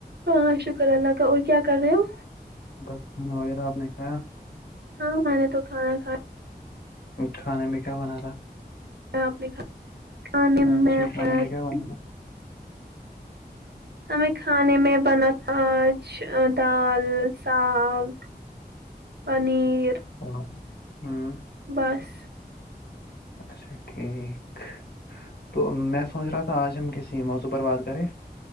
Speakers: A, on the right; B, on the left.
A: ہاں شکر اللہ کا اور کیا کر رہے ہو
B: بس کھانا وغیرہ آپ نے کھایا
A: ہاں میں نے تو کھانا کھایا
B: کھانے میں کیا بنا تھا
A: اپ نے کھایا کھانے
B: ہاں
A: میں
B: جی کھانے
A: پ
B: کیا بنا ہے؟
A: ہمیں کھانے میں بنا تھا آج دال ساگ پنیر
B: ہاں ہوں
A: بس
B: اچھا ٹھیک تو میں سوچ رہا تھا آج ہم کسی موضوع پر بات کریں